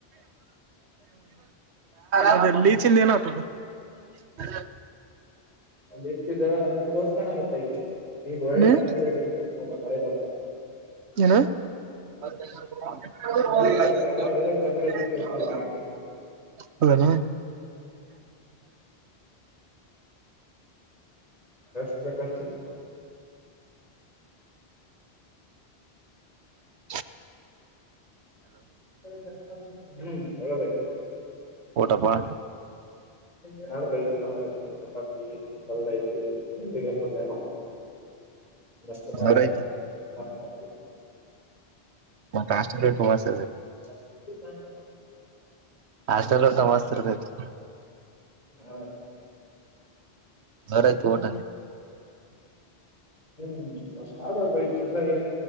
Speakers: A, on the right; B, on the left.
A: ಅದೆ ಲೀಚಿಂದ ಏನ ಆಗ್್ತದ ಹ್ಮ
B: ಒಂದ್ ಹೆಚ್ಚಿದ ನೀ ತೋರ್ಕಗಪ್ಪಾ ಈಗ ಈಗ ಒಳ್ಳೆ
A: ಹ್ಮ್
B: ಕಮ್ಯುನಟಿ ನೋಡ ಮಳೆದ
A: ಹ್ಣ <unintelligible>
B: ಮಳೆಗಾಲದಾಗ ಒಳ್ಳೆ ಕಮ್ಮಿ ರೇಟಿಗೆ ಸಿಗತ್ ನೋಡಪ್ಪ ಅಂದೆ
A: ಅದಾನ
B: ಕಷ್ಟ ಕಷ್ಟ
A: ಹ
B: ಹ್ಮ್ ಹದ
A: ಓಟಪ್ಪಾ
B: ಎನಡು ಬೆಊರ ಚಪಾತಿ ಕಲ್ಲಾಯ ಬೆಲ್ಲ ಮಸ್ು ಮಾರ
A: ಜೋರ
B: ಅ
A: ಐತಿ
B: ಮ
A: ಮತ್ತೆ ಆಷ್ಟಟವಾಸ
B: ಹಾ
A: ಹಾಸ್ಟೆಲ್ ಊಟ ಮಸ್ತ್ ಇರ್ತೈತಿ
B: ಹಾ
A: ಬರಯತು ಊಟ
B: ಹ್ಮ್ ಅಷ್ಟ ಮಾಡಬೇಕ ಬೈ ಜಿಂದ ಏನ್